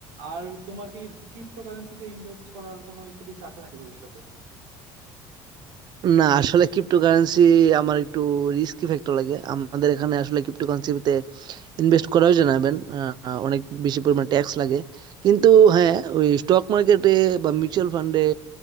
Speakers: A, on the right; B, on the right.
A: আর তোমার কি ক্রিপ্টো কারেন্সিতে ইনভেস্ট করার কোনো ইচ্ছে টিচ্ছে আছে নাকি ভবিষ্যতে
B: না আসলে ক্রিপ্টোকারেন্সি আমার একটু রিস্কি ফ্যাক্টর লাগে আমাদের এখানে আসলে ক্রিপ্টোকারেন্সিতে ইনভেস্ট করাও জানাবেন অনেক বেশি পরিমাণ ট্যাক্স লাগে কিন্তু হ্যাঁ ওই স্টক মার্কেটে বা মিউচুয়াল ফান্ডে